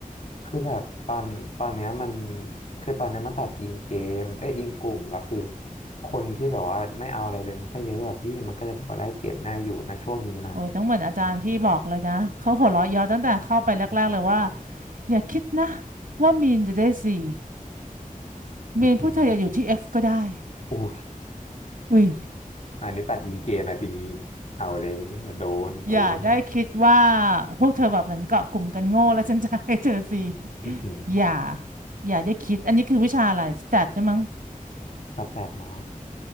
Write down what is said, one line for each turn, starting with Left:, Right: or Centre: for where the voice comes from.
Left: คือแบบตอนตอนเนี้ยมันคือตอนเนี้ยมันตัดอิงเกณฑ์เอ้ยอิงกลุ่มแล้วคือคนที่แบบว่าไม่เอาอะไรเลยมันก็เยอะอะพี่มันก็เลยแบบว่าได้เกรดง่ายอยู่นะช่วงนี้นะ
Right: โอ้ยต้องเหมือนอาจารย์พี่บอกเลยนะเขาหัวเราะเยาะตั้งแต่เข้าไปแรกๆเลยว่าอย่าคิดนะว่ามีนจะได้สี่
Left: อือหือ
Right: มีนพวกเธออย่าอยู่ที่ F ก็ได้
Left: อู้ย
Right: อุ้ย
Left: อันนี้ตัดอิงเกณฑ์นะทีนี้เอาเลยโดนโดน
Right: อย่าได้คิดว่าพวกเธอแบบเหมือนเกาะกลุ่มกันโง่แล้วฉันจะให้เธอสี่
Left: อือหือ
Right: อย่าอย่าได้คิดอันนี้คือวิชาอะไรสแตทใช่มั้ง
Left: สักแปดร้อย